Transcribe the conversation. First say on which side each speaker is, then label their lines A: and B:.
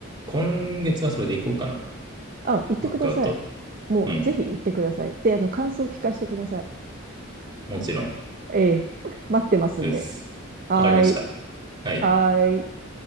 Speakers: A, on the right; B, on the right.
A: 今月はそれでいこうかな。
B: あ、行ってください。
A: ワークアウト。
B: もうぜひ行ってください。
A: うん、
B: で、あの、感想を聞かせてください。
A: もちろん
B: ええ。<laughs> 待ってますんで。
A: です。
B: はーい。
A: わかりました。はい。
B: はーい。